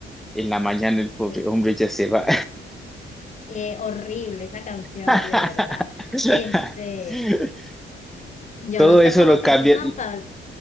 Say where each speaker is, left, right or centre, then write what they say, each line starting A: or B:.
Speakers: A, in the centre; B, on the left.
A: En la mañana el pobre
B: que-
A: hombre ya se va.
B: Eh, horrible esa canción,
A: <laughs>
B: de verdad. Este, yo
A: Todo
B: no sé
A: eso
B: cómo
A: lo
B: se
A: cambia,
B: hizo tan famosa,